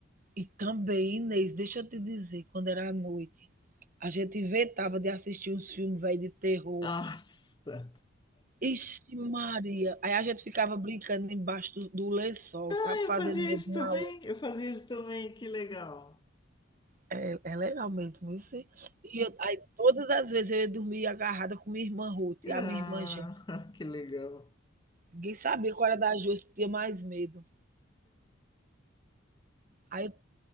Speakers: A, on the right; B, on the left.
A: E também, Inês, deixa eu te dizer, quando era à noite, a gente inventava de assistir uns filmes velho de terror.
B: Nossa!
A: Ixi, Maria! Aí a gente ficava brincando embaixo do, do lençol,
B: Ah,
A: sabe?
B: Eu
A: Fazendo
B: fazia
A: medo
B: isso
A: um
B: também,
A: ao outro.
B: eu fazia isso também, que legal.
A: É é legal mesmo, isso. E eu- aí todas as vezes eu ia dormir agarrada com minha irmã Ruth, a
B: Ah,
A: minha irmã gêmea.
B: <laughs> que legal.
A: Ninguém sabia qual era das duas que tinha mais medo. Aí, eu-